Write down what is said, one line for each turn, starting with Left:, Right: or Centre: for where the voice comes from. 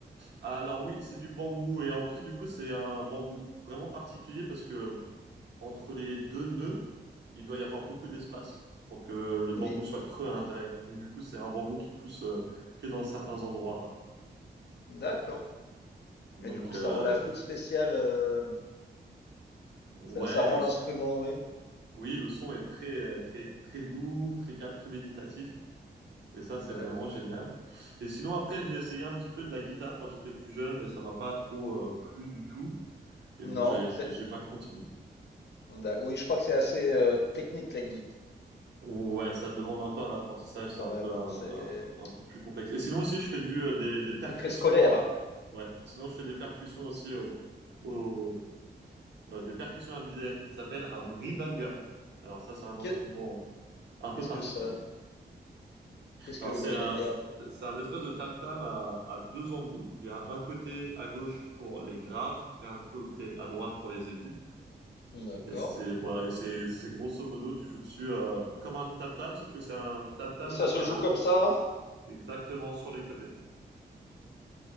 Right: alors, oui, c'est du bambou. Et en plus, du coup, c'est un bambou vraiment particulier parce que entre les deux nœuds, il doit y avoir beaucoup d'espace pour que le bambou
Left: Oui,
Right: soit creux à l'intérieur. Donc, du coup, c'est un bambou qui pousse euh, que dans certains endroits.
Left: d'accord.
Right: Donc,
Left: Et du coup,
Right: euh,
Left: ça rend la flûte spéciale, euh,
Right: ouais,
Left: ça, ça rend
Right: le,
Left: l'instrument, oui.
Right: oui, le son est très, euh, très, très doux, très calme, très méditatif. Et ça, c'est
Left: D'accord.
Right: vraiment génial. Et sinon, après, j'ai essayé un petit peu de la guitare quand j'étais plus jeune, mais ça m'a pas trop euh, plu du tout. Et
Left: Non,
Right: donc, j'ai j'ai-
Left: c'est...
Right: j'ai pas continué.
Left: d'ac- Oui, je crois que c'est assez euh, technique, la guitare,
Right: Ouais, ça demande un peu un apprentissage, c'est
Left: quand
Right: un
Left: même.
Right: peu
Left: hein.
Right: un,
Left: C'est
Right: un- un peu plus complexe. Et sinon aussi, je fais du euh, des,
Left: c'est-
Right: des percussions.
Left: c'est très scolaire.
Right: euh, Ouais, sinon je fais des percussions aussi au, au- euh, des percussions indiennes qui s'appellent un mridangam. Alors ça, c'est un instrument
Left: Qu'est-
Right: euh, un peu
Left: Qu'est-ce
Right: particulier.
Left: que ça? Qu'est-ce
Right: Alors,
Left: que le
Right: c'est
Left: bridanga?
Right: un, c'est un espèce de tam-tam à, à deux embouts. Il y a un côté à gauche pour les graves et un côté à droite pour les aigus.
Left: D'accord.
Right: Et c'est, voilà, et c'est, c'est grosso modo, tu joues dessus euh, comme un tam-tam, sauf que c'est un tam-tam
Left: Et ça
Right: latéral,
Left: se joue comme ça?
Right: exactement sur les côtés.